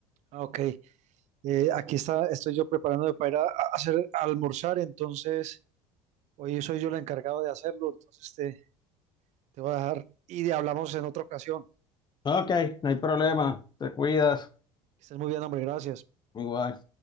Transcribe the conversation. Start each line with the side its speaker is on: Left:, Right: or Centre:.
Right: Ah, ok. Eh, aquí está, estoy yo preparándome para ir a, a hacer a almorzar, entonces hoy soy yo el encargado de hacerlo, entonces te, te voy a dejar y de- hablamos en otra ocasión.
Left: Ok, no hay problema. Te cuidas.
Right: Que estés muy bien, hombre, gracias.
Left: Igual.